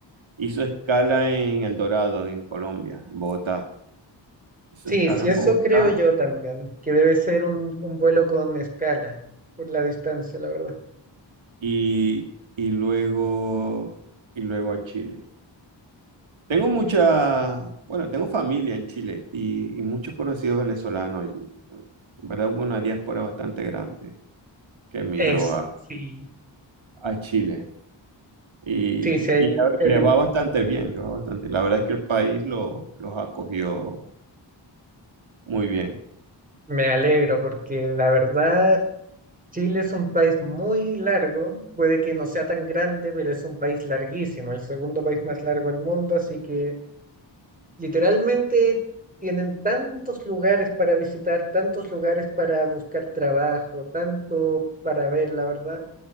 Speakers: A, on the right (about 80°); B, on the right (about 20°).
A: hizo escala en El Dorado, en Colombia, en Bogotá. Hizo
B: Sí,
A: escala
B: sí,
A: en
B: eso
A: Bogotá
B: creo yo también, que debe ser un, un vuelo con escala, por la distancia, la verdad.
A: y, y luego, y luego a Chile. Tengo mucha, bueno, tengo familia en Chile y, y muchos conocidos venezolanos allí. ¿no? En verdad hubo una diáspora bastante grande que emigró
B: Es,
A: a,
B: sí.
A: a Chile. Y,
B: Sí, sí, ahí
A: y la-
B: eh,
A: y les va bastante bien, les va bastante. bien. La verdad es que el país lo- los acogió muy bien.
B: me alegro porque la verdad Chile es un país muy largo, puede que no sea tan grande, pero es un país larguísimo, el segundo país más largo del mundo, así que literalmente tienen tantos lugares para visitar, tantos lugares para buscar trabajo, tanto para ver, la verdad.